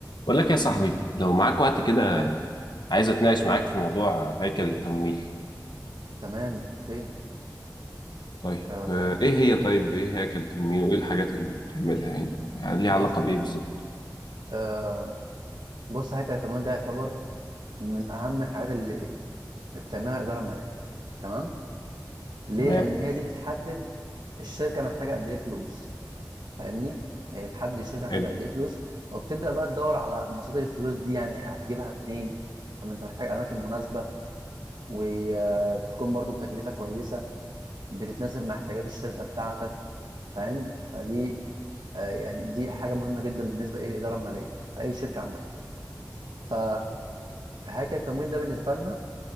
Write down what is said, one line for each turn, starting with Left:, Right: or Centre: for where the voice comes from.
Left: بقول لك يا صاحبي لو معاك وقت كده
Right: يا كبير
Left: عايز اتناقش معاك في موضوع هيكل التمويل
Right: تمام اوكي
Left: طيب
Right: آه
Left: آه، ايه هي طيب ايه هيكل التمويل وايه الحاجات اللي بتعملها يعني يعني ليها
Right: بص
Left: علاقة بايه بالظبط
Right: آه بص حاجه التمويل ده يعتبر من اهم الحاجات اللي بتعملها الاداره الماليه تمام ليه
Left: تمام
Right: لان هي دي بتحدد الشركه محتاجه قد ايه فلوس فاهمني يعني بتحدد الشركه محتاجه
Left: حلو
Right: قد ايه فلوس وبتبدا بقى تدور على مصادر الفلوس دي يعني هتجيبها منين طب انت محتاج اماكن مناسبه وتكون برضو بتكلفه كويسه بتتناسب مع احتياجات الشركه بتاعتك فاهم فدي آه يعني دي حاجه مهمه جدا بالنسبه ايه للاداره الماليه في اي شركه عامه فهاكر التمويل ده بالنسبه لنا